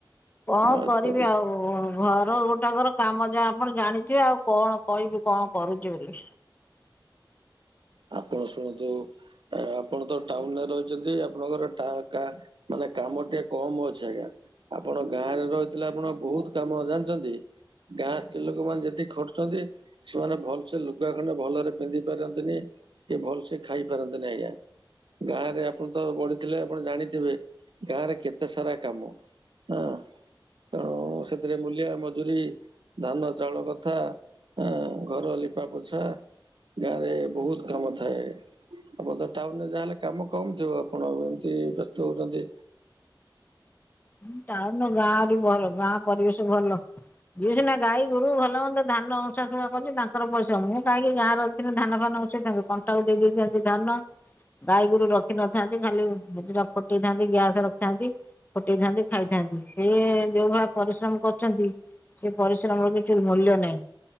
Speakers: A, on the left; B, on the right.
A: କଣ
B: ଆଚ୍ଛା
A: କରିବି ଆଉ ଘର ଗୋଟା କର କାମ ଯା ଆପଣ ଜାଣିଥିବେ ଆଉ କଣ କହିବି କଣ କରୁଛି ବୋଲି।
B: ଆପଣ ଶୁଣନ୍ତୁ ଆପଣ ତ ଟାଉନରେ ରହିଛନ୍ତି ଆପଣଙ୍କର ଟା କା ମାନେ କାମ ଟିକେ କମ ଅଛି ଆଜ୍ଞା। ଆପଣ ଗାଁରେ ରହିଥିଲେ ଆପଣଙ୍କ ବହୁତ କାମ ଜାଣିଛନ୍ତି। ଗାଁ ସ୍ତ୍ରୀ ଲୋକମାନେ ଯେତିକି ଖଟୁଛନ୍ତି। ସେମାନେ ଭଲ ସେ ଲୁଗା ଖଣ୍ଡେ ଭଲରେ ପିନ୍ଧି ପାରନ୍ତିନି। କି ଭଲସେ ଖାଇ ପାରନ୍ତିନି ଆଜ୍ଞା। ଗାଁ ରେ ଆପଣ ତ ବଢିଥିଲେ ଆପଣ ଜାଣିଥିବେ ଗାଁ ରେ କେତେ ସାରା କାମ।
A: <inaudible>
B: ହଁ ତେଣୁ ସେଥିରେ ମୂଲିଆ ମଜୁୁରୀ। ଧାନ ଚାଉଳ କଥା ଆ ଘର ଲିପା ପୋଛା ଗାଁ ରେ ବହୁତ। କାମ ଥାଏ, ଆପଣ ତ ଟାଉନରେ ଯାହାହେଲେ କାମ କମ୍ ଥିବ ଆପଣ ଆଉ ଏମିତି ବ୍ୟସ୍ତ ହେଉଛନ୍ତି।
A: ହୁଁ ହୁଁ ଟାଉନ ଗାଁ ଆହୁରି ଭଲ ଗାଁ ପରିବେଶ ଭଲ ଯିଏ ସିନା ଗାଈ। ଗୋରୁ ଭଲମନ୍ଦ ଧାନ ଉଁସା ସୁକା କରୁଛନ୍ତି ତାଙ୍କର ପରିଶ୍ରମ ମୁଁ କାହିଁକି ଗାଁରେ ରହିଥିଲେ ଧାନ ଫାନ ଉଁସେଇ ଥାଆନ୍ତି। କଣ୍ଟାକୁ ଦେଇ ଦେଇ ଥାନ୍ତି ଧାନ। ଗାଈ ଗୋରୁ ରଖିନଥାନ୍ତି ଖାଲି ଦିଟା ଫୁଟେଇ ଥାନ୍ତି ଗ୍ୟାସ ରଖିଥାନ୍ତି। ଫଟେଇଥାନ୍ତି ଖାଇଥାନ୍ତି, ସେ ଯୋଉ ଭଳିଆ ପରିଶ୍ରମ କରୁଛନ୍ତି। ସେ ପରିଶ୍ରମର କିଛି ମୂଲ୍ୟ ନାହିଁ,